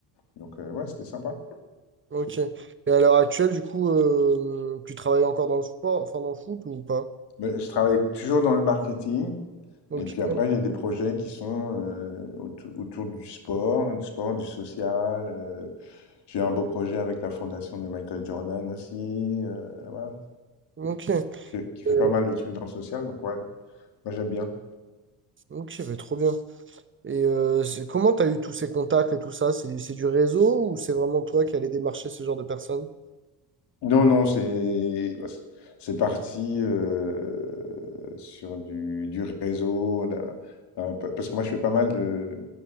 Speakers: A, on the left; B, on the right.
A: Donc, euh, ouais, c'était sympa.
B: Ok. Et à l'heure actuelle, du coup, euh, tu travailles encore dans le sport, enfin dans le foot ou pas?
A: Mais je travaille toujours dans le marketing.
B: Ok.
A: Et puis après, j'ai des projets qui sont euh, autou- autour du sport, du sport, du social. euh, j'ai un beau projet avec la fondation de Michael Jordan aussi. euh, voilà,
B: Ok.
A: qui fait qui fait
B: Euh,
A: pas mal de trucs dans le social, donc ouais, moi j'aime bien.
B: Ok, bah, trop bien. Et euh, c'est- comment t'as eu tous ces contacts et tout ça? C'est c'est du réseau ou c'est vraiment toi qui allais démarcher ce genre de personnes?
A: Non, non, c'est bah, c'est c'est parti euh, sur du, du réseau, d'un- un peu- parce que moi je fais pas mal de,